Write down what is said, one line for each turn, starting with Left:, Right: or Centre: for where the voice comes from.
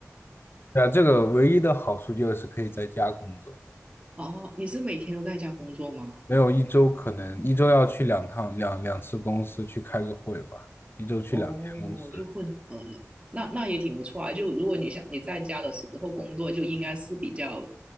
Left: 对啊，这个唯一的好处就是可以在家工作，
Right: 哦，你是每天都在家工作吗？
Left: 没有一周可能一周要去两趟两两次公司去开个会吧，一周去两天公司。
Right: 哦，就混合的，那那也挺不错啊。就如果你想你在家的时候工作，就应该是比较